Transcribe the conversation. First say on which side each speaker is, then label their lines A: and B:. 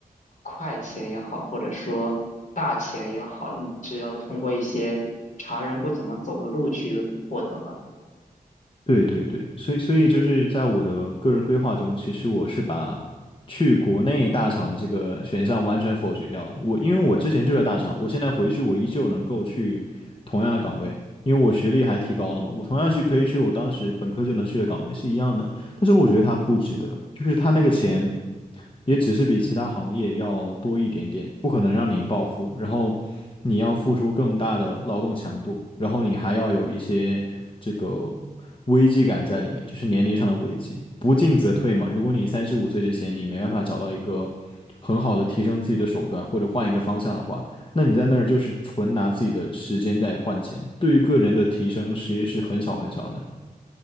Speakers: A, on the left; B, on the left.
A: 快钱也好，或者说大钱也好，你只有通过一些常人不怎么走的路去获得吧。
B: 对对对，所以所以就是在我的个人规划中，其实我是把去国内大厂的这个选项完全否决掉了。我因为我之前就在大厂，
A: 嗯。
B: 我现在回去我依旧能够去同样的岗位，因为我学历还提高了嘛，我同样是可以去我当时本科就能去的岗位是一样的。但是我觉得它不值得，就是它那个钱。也只是比其他行业要多一点点，不可能让你暴富，然后你要付出更大的劳动强度，然后你还要有一些这个危机感在里面，就是年龄上的危机，不进则退嘛。如果你三十五岁之前你没办法找到一个很好的提升自己的手段，或者换一个方向的话，那你在那儿就是纯拿自己的时间在换钱，对于个人的提升其实是很少很少的。